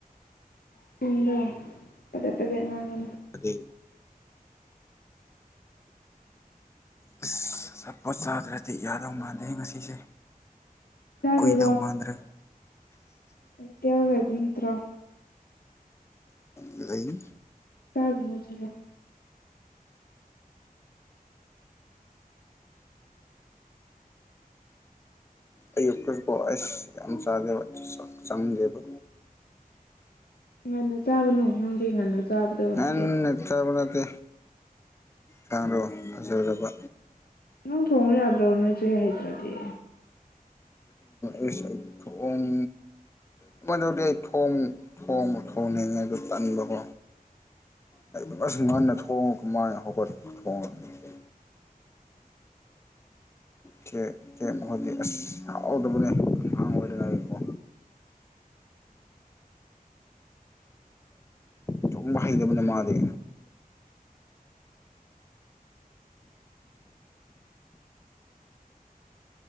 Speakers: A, on the left; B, on the left.
A: ꯆꯤꯟꯗ ꯄꯗꯦ ꯄꯦꯗꯦ ꯉꯥꯡꯒ
B: ꯑꯗꯨ ꯑꯁ ꯁꯄꯣꯠ ꯆꯥꯗ꯭ꯔꯗꯤ ꯌꯥꯔꯧ ꯃꯥꯟꯗꯦ ꯉꯁꯤꯁꯦ
A: ꯆꯥꯔꯨꯨꯔꯣ
B: ꯀꯨꯏꯗꯧ ꯃꯥꯟꯗ꯭ꯔꯦ
A: ꯀ ꯑꯣꯏꯕ ꯅꯠꯇ꯭ꯔꯣ
B: ꯂꯩ
A: ꯆꯥꯣ ꯆꯂꯣ <unintelligible>
B: ꯑꯌꯨꯛꯀꯤꯄ ꯑꯩꯁ ꯌꯥꯝ ꯆꯥꯖꯦꯕ ꯆꯪꯗꯦꯕ
A: ꯉꯟꯅ ꯆꯥꯒꯅꯨ ꯅꯪꯒꯤ ꯉꯟꯅ ꯆꯥꯕꯗꯣ
B: ꯑꯦꯠꯇ
A: ꯌꯥ
B: ꯠꯇ ꯀꯥꯡꯗ ꯐꯖꯔꯕ
A: ꯅꯪ ꯊꯣꯡꯉ ꯌꯥꯗ꯭ꯔꯣ ꯅꯣꯏꯆꯦ ꯍꯥꯏꯩꯗ꯭ꯔꯗꯤ
B: ꯩꯁꯦ ꯑꯩ ꯊꯣꯡ ꯀꯃꯥꯏꯅ ꯇꯧꯗꯦ ꯑꯩꯣꯡꯉ ꯊꯣꯡꯅꯤꯡꯉꯦꯗ ꯆꯟꯕꯀꯣ ꯑꯩ ꯉꯁꯨ ꯉꯟꯅ ꯊꯣꯡꯉ ꯀꯃꯥꯏꯅ ꯍꯧꯒꯠꯄ ꯊꯣꯡꯉꯒ ꯆꯦꯛ ꯍꯧꯣꯏꯗꯤ ꯑꯁꯗꯕꯅꯦꯥꯡ ꯑꯣꯏꯗꯀꯣ ꯆꯣꯡꯕ ꯍꯩꯇꯕꯅꯦ ꯃꯥꯗꯤ